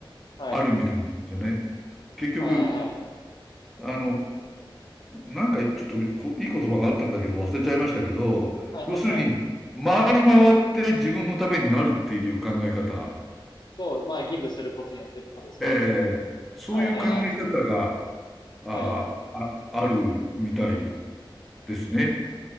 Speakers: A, on the left (about 55°); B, in the centre.
A: はい。
B: あるみたいなんですよね。結局、
A: はい。はい。
B: あの、なんかちょっとこいい言葉があったんだけど忘れちゃいましたけど、
A: はい。はい。
B: 要するに、
A: はい。
B: 回り回って自分のためになるっていう考え方、
A: そう、まあ、ギブすることによってってことですよね。
B: ええそういう考え方が、
A: はい。はい。はい。
B: あ、
A: はい。
B: あ、あるみたいですね。